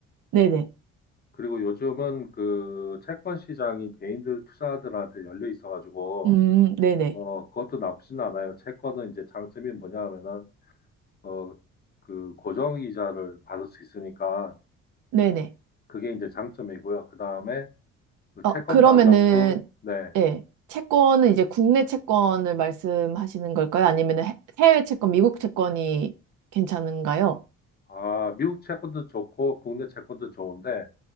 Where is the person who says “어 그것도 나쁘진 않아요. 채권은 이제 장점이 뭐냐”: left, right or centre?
Left